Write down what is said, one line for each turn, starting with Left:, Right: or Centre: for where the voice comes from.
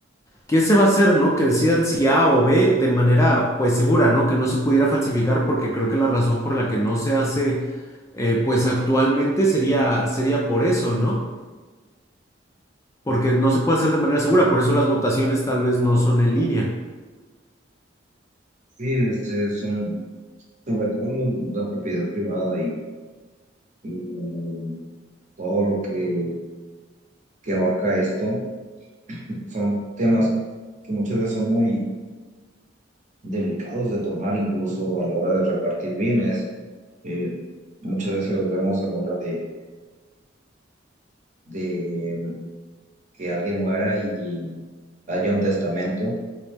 Left: ¿Qué se va a hacer, no? Que decidan si A o B de manera, pues, segura, ¿no? Que no se pudiera falsificar, porque creo que la razón por la que no se hace, eh, pues, actualmente sería, sería por eso, ¿no? Porque no se puede hacer de manera segura, por eso las votaciones tal vez no son en línea.
Right: Sí, este son sobre todo los- la propiedad privada y, y todo lo que, que abarca esto Son temas que muchas veces son muy delicados de tomar, incluso a la hora de repartir bienes. Eh, muchas veces los vemos a la hora de, de que alguien muera y haya un testamento